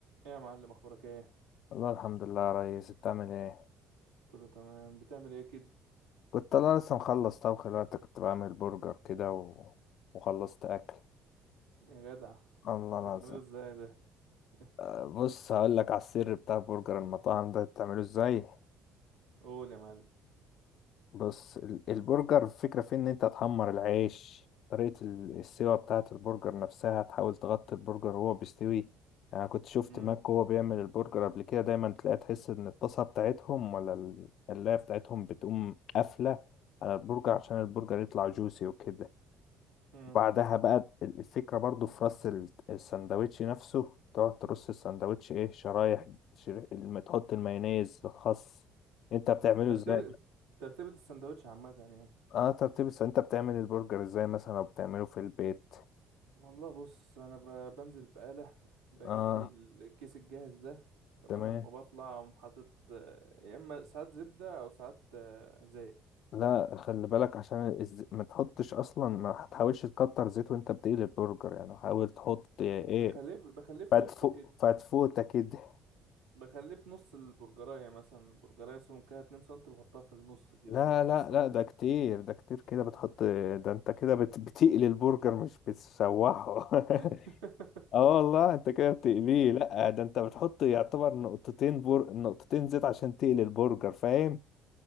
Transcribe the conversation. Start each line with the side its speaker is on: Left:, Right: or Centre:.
Right: ايه يا معلم اخبارك ايه
Left: والله الحمد لله يا ريس انت عامل ايه
Right: كله تمام بتعمل ايه كده
Left: كنت انا لسه مخلص طبخ دلوقتي كنت بعمل برجر كده و... وخلصت اكل
Right: يا جدع
Left: الله
Right: كنت
Left: العظيم
Right: بتعمله ازاي ده <laughs>
Left: أه، بص هقول لك على السر بتاع برجر المطاعم ده بتعمله ازاي
Right: قول يا معلم
Left: بص ال- البرجر الفكرة في إن أنت تحمر العيش طريقة ال- السوا بتاعة البرجر نفسها تحاول تغطي البرجر وهو بيستوي يعني أنا كنت شفت
Right: امم
Left: ماك وهو بيعمل البرجر قبل كده دايما تلاقي تحس إن الطاسة بتاعتهم ولا القلاية بتاعتهم بتقوم قافلة على البرجر عشان البرجر يطلع جوسي وكده
Right: امم
Left: بعدها بقى ال- الفكرة برضو في رص ال- السندوتش نفسه تقعد ترص السندوتش إيه شرايح شر- الم- تحط المايونيز الخاص أنت بتعمله
Right: ترتيب
Left: إزاي
Right: ترتيبة السندوتش عامة يعني
Left: اه ترتيب الس- انت بتعمل البرجر ازاي مثلا او بتعمله في البيت
Right: والله بص انا ب... بنزل بقالة بجيب
Left: اه
Right: لي الكيس الجاهز ده تمام
Left: تمام
Right: وبطلع أقوم حاطط آه، يا اما ساعات زبدة او ساعات آه، زيت
Left: لا خلي بالك عشان الز... ما تحطش اصلا ما تحاولش تكتر زيت وانت بتقلي البرجر يعني حاول تحط ايه
Right: بخليه بخليه في
Left: فتفو
Right: نصه كده
Left: فتفوتة كده
Right: بخليه في نص البرجراية مثلا البرجراية سمكها 2 سم بحطها في النص كده
Left: لا لا
Right: في سنتي
Left: لا ده
Right: مثلا
Left: كتير ده كتير كده بتحط ده انت كده بت... بتقلي البرجر مش بتشوحه <laughs>
Right: <laughs>
Left: اه والله انت كده بتقليه لا ده انت بتحط يعتبر نقطتين بر... نقطتين زيت عشان تقلي البرجر فاهم